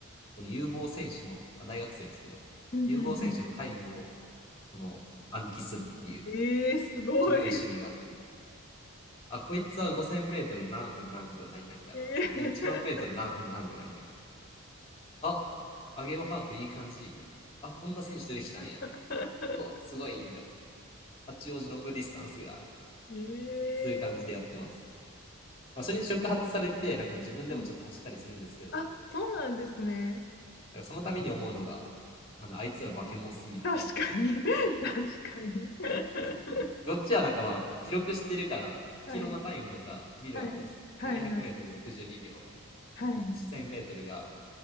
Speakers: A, on the left; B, on the left.
A: この有望選手の、あ、大学生ですけど、
B: うんうん
A: 有望選手のタイムを、この暗記するっていう、
B: うん。ええすごい。
A: キモい趣味があって、あ、こいつは5000メートル何分何秒何々だな。
B: ええ
A: いや、1万メートル何分何秒何々みたいな。あ、アゲオハーフいい感じ、みたいな。あ、こんな選手出てきたんや。
B: <laughs>
A: うわ、すごい、みたいな。八王子ロングディスタンスが、とか
B: ええ
A: そういう感じでやってます。まあ、それに触発されて、なんか自分でもちょっと走ったりするんですけど、
B: はいあ、そうなんですね。
A: なんかその度に思うのが、あの、あいつら化け物すぎるっていう。
B: 確かに。<laughs> 確かに。<laughs>
A: こっちはなんかまあ、記録してるから、
B: はい。
A: キロのタイムとか見るわけですよ。
B: はい。はい。
A: 400メートル62秒とか、
B: はい。はい。はい
A: 1000メートルが